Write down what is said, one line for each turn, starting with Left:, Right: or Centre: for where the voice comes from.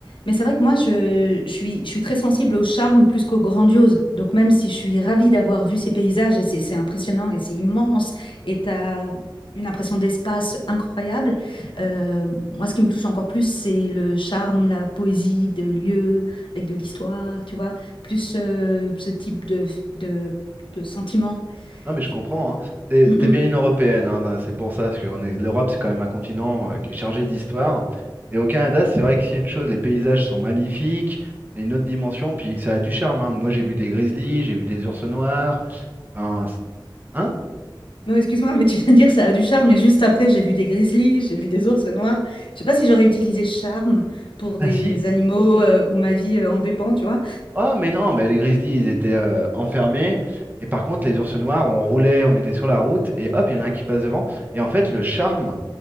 Left: Mais c'est vrai que moi, je, je suis, je suis très sensible au charme plus qu'au grandiose. Donc même si je suis ravie d'avoir vu ces paysages, et c'est c'est impressionnant, et c'est immense, et tu as une impression d'espace incroyable, euh, moi, ce qui me touche encore plus, c'est le charme, la poésie de lieux, avec de l'histoire, tu vois, plus euh, ce type de, de, de sentiment.
Right: Non, mais je
Left: Et,
Right: comprends. hein. C'est-
Left: Mm,
Right: C'était
Left: mm.
Right: bien une européenne. hein, bah, C'est pour ça, parce que on est- l'Europe, c'est quand même un continent euh, qui est chargé d'histoire. Et au Canada, c'est vrai que s'il y a une chose, les paysages sont magnifiques. C'est une autre dimension. Puis ça a du charme. hein. Moi, j'ai vu des grizzlies, j'ai vu des ours noirs. Enfin, c- hein?
Left: Non, excuse-moi, mais tu viens de dire ça a du charme, mais juste après, j'ai vu des grizzlies, j'ai vu des ours noirs. Je sais pas si j'aurais utilisé charme pour
Right: Ah
Left: des
Right: si.
Left: animaux euh, où ma vie euh, en dépend, tu vois.
Right: Oh, mais non, mais les grizzlies, ils étaient euh, enfermés. Et par contre, les ours noirs, on roulait, on était sur la route, et hop, il y en a un qui passe devant. Et en fait, le charme,